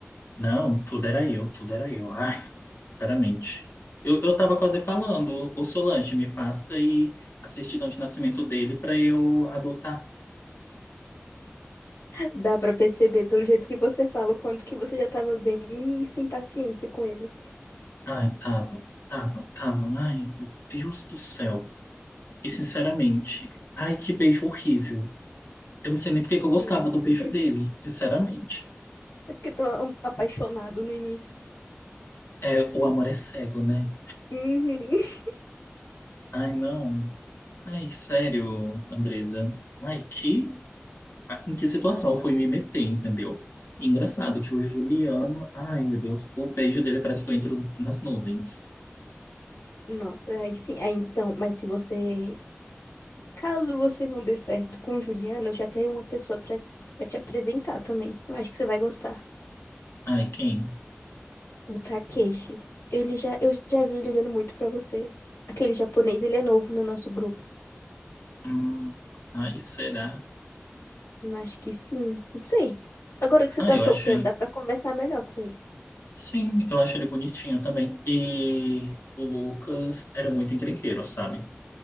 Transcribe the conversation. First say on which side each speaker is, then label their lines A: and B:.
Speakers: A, on the left; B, on the left.
A: Não, tudo era eu, tudo era eu. <laughs> Ah, Claramente. Eu, eu tava quase falando, o Solange me passa e a certidão de nascimento dele para eu adotar.
B: Dá pra perceber pelo jeito que você fala, o quanto que você já tava bem sem paciência com ele.
A: Ai, tava, tava, tava. Ai, meu Deus do céu. E sinceramente, ai, que beijo horrível. Eu não sei nem porque que eu gostava
B: Meu
A: do beijo
B: Deus.
A: dele, sinceramente.
B: É porque eu tava apaixonado no início.
A: É, o amor é cego, né?
B: Uhum. <laughs>
A: Ai, não. Ai, sério, Andresa. Ai, que a- em que situação eu fui me meter, entendeu? Engraçado que o Juliano, ai meu Deus, o beijo dele parece que eu entro nas nuvens.
B: Nossa, aí sim, aí então, mas se você Caso você não dê certo com Juliana, eu já tenho uma pessoa pra pra te apresentar também. Eu acho que você vai gostar.
A: Ai, quem?
B: O Takeshi. Ele já, eu já vi ele olhando muito pra você. Aquele japonês, ele é novo no nosso grupo.
A: Hum, ai, será?
B: Eu Acho que sim. Não sei. Agora que você
A: Ah,
B: tá
A: eu
B: solteiro,
A: acho,
B: dá pra conversar melhor com ele.
A: sim, eu acho ele bonitinho também. E o Lucas era muito encrenqueiro, sabe?